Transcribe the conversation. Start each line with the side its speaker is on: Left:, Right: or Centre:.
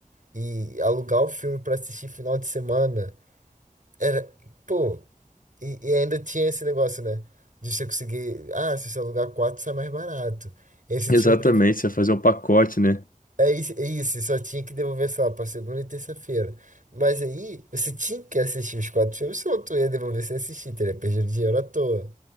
Right: E alugar o filme pra assistir final de semana era, pô, e, e ainda tinha esse negócio, né? De você conseguir. Ah, se você alugar quatro, sai mais barato. Esse tinha
Left: Exatamente,
Right: obriga.
Left: você ia fazer um pacote, né?
Right: É isso, é isso, só tinha que devolver, sei lá, pra segunda e terça-feira. Mas aí, você tinha que assistir os quatro filmes, senão tu ia devolver sem assistir, teria perdido dinheiro à toa.